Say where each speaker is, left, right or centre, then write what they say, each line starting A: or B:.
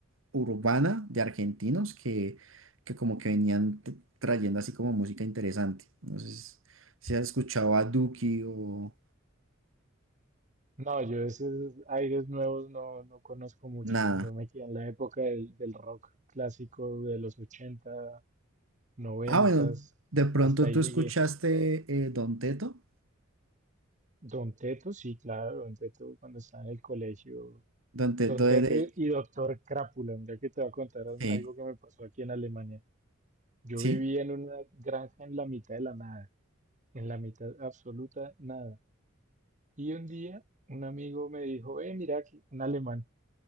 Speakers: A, on the right (about 70°); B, on the right (about 35°).
A: urbana de argentinos que, que como que venían t- trayendo así como música interesante. No sé si si has escuchado a Duki o
B: No, yo esos aires nuevos no, no conozco mucho.
A: nada.
B: Yo me quedé en la época del, del rock clásico de los 80, 90,
A: Ah, bueno, de pronto
B: hasta ahí
A: tú
B: llegué.
A: escuchaste eh, Don Teto.
B: Don Teto, sí, claro, Don Teto cuando estaba en el colegio.
A: Don Teto
B: Don Teto
A: es de...
B: y Doctor Crápula, mira que te voy a contar al-
A: Sí,
B: algo que me pasó aquí en Alemania. Yo
A: sí,
B: vivía en una granja en la mitad de la nada, en la mitad absoluta nada. Y un día un amigo me dijo, eh, mira que un alemán,